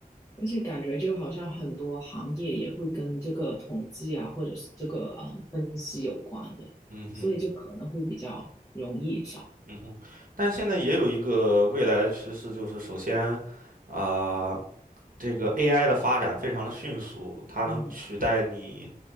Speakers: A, on the left (about 20°); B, on the right (about 60°).
A: 而且感觉就好像很多行业也会跟这个统计啊，或者是这个嗯分析有关的，
B: 嗯哼。
A: 所以就可能会比较容易找。
B: 嗯哼，但现在也有一个未来的趋势，就是首先，啊、这个 AI 的发展非常的迅速，它能取代你，
A: 嗯。